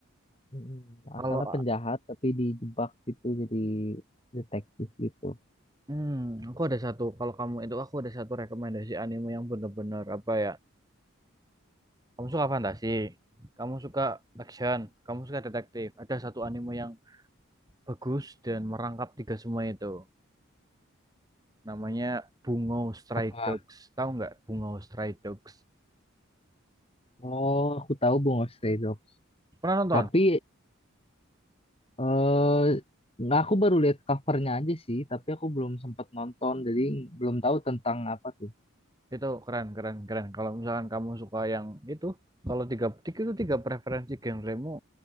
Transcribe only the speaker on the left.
mm,
asalnya penjahat, tapi dijebak gitu jadi detektif gitu.
Apa?
Oh, aku tahu Bungo Stray Dogs.
Tapi... eh nggak, aku baru lihat covernya aja sih. Tapi aku belum sempat nonton. Jadi belum tahu tentang apa tuh.